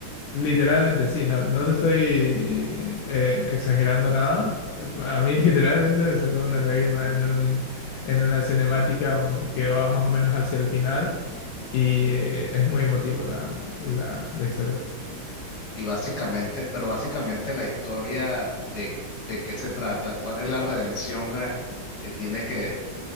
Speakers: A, on the left; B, on the left.
A: Literalmente, sí, no, no te estoy eh, exagerando nada. A mí <laughs> literalmente me sacó una lágrima en un, en una cinemática mm, que va más o menos hacia el final y eh, es muy emotivo la, la, la historia.
B: Y básicamente, pero básicamente la historia de, de qué se trata, cuál es la redención eh, que tiene que